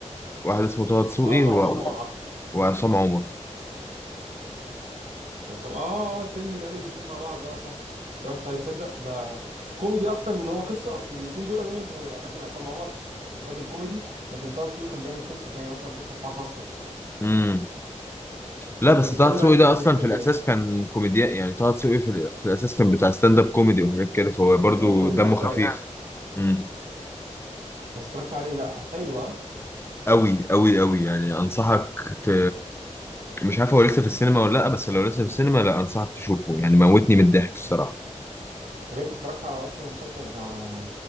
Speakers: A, on the left; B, on the right.
A: واحد اسمه طه دسوقي
B: اه تاتسو
A: و...
B: طبعا عارفه
A: وعصام عمر
B: وعصام اه اه الفيلم اللي قالوا الاتنين مع بعض اه صح اتفرجتش عليه تصدق ده كوميدي اكتر من هو قصه اصل الاتنين دول دايما كانوا يعني مثلا عصام عمر بيحب الكوميدي لكن طه دسوقي كان بيعمل قصه زي مثلا مسلسل حاله خاصه
A: امم لا
B: إيه
A: بس
B: كان بيتكلم
A: طه دسوقي
B: عن ايه
A: ده
B: يعني
A: اصلا
B: الفيلم
A: في الاساس
B: يعني
A: كان كوميديان يعني طه دسوقي في, ال... في الاساس كان بتاع ستاند اب كوميدي وحاجات كده فهو
B: مثلا
A: برضو
B: كوميدي
A: دمه
B: اه فعلا
A: خفيف امم
B: بس اتفرجتش عليه لا حلو ها
A: قوي قوي قوي يعني انصحك ت... مش عارف هو لسه في السينما ولا لا بس لو لسه في السينما لا انصحك تشوفه يعني موتني من الضحك الصراحة
B: طب انت اتفرجت على اصلا المسلسل بتاع